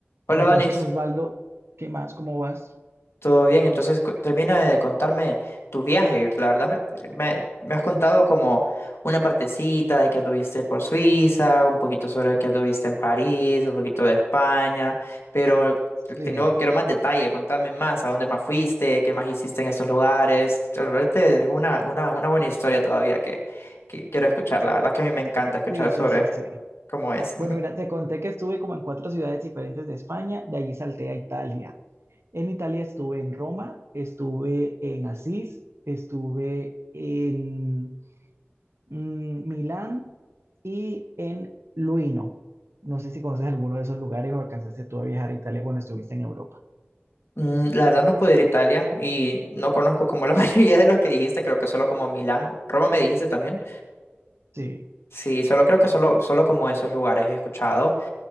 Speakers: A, on the left; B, on the right.
A: Hola,
B: Entonces,
A: Donis.
B: Osvaldo, ¿qué más? ¿Cómo vas?
A: ¿Todo bien? Entonces, cu- termina de contarme tu viaje. La verdad, me, me- me has contado como una partecita de que anduviste por Suiza, un poquito sobre que anduviste en París, un poquito de España, pero
B: Sí,
A: te- no- quiero más detalle. Contame más, a dónde más fuiste, qué más hiciste en esos lugares. Realmente es una, una, una buena historia todavía que, que quiero escuchar. La verdad que a mí me encanta escuchar
B: sí, sí,
A: sobre
B: sí, sí.
A: cómo es.
B: Bueno, mira, te conté que estuve como en cuatro ciudades diferentes de España, de allí salté a Italia. En Italia estuve en Roma, estuve en Asís, estuve en mm, Milán y en Luino. No sé si conoces alguno de esos lugares o alcanzaste tú a viajar a Italia cuando estuviste en Europa.
A: Mm, La verdad no pude ir a Italia y no conozco como la <laughs> mayoría de los que dijiste, creo que solo como Milán, Roma me dijiste también.
B: Sí.
A: Sí, solo creo que solo, solo como esos lugares he escuchado,